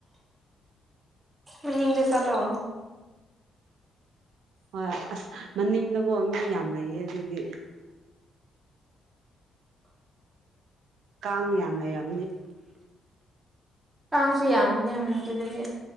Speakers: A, on the right; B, on the right.
A: ꯃꯅꯤꯡꯗ ꯆꯠꯂꯣ
B: ꯍꯣꯏ ꯑꯁ ꯃꯅꯤꯡꯗꯀꯣ ꯃꯤ ꯌꯥꯝ ꯂꯩꯌꯦ ꯑꯗꯨꯒꯤ ꯀꯥꯡ ꯌꯥꯝ ꯂꯩꯔꯝ
A: ꯀꯥꯡꯁꯨ ꯌꯥꯝꯕꯅꯦ ꯑꯗꯨꯗꯗꯤ